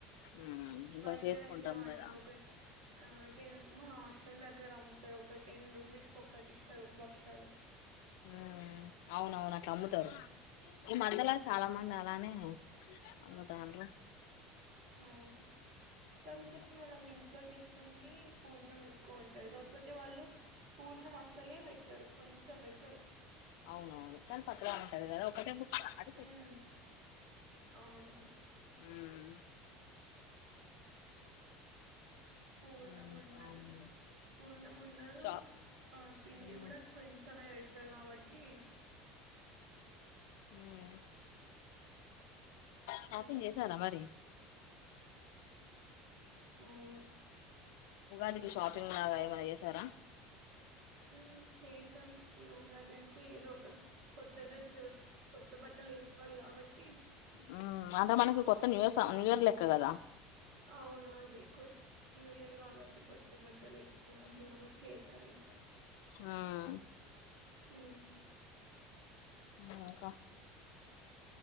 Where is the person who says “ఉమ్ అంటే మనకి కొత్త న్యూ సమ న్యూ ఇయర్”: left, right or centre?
Left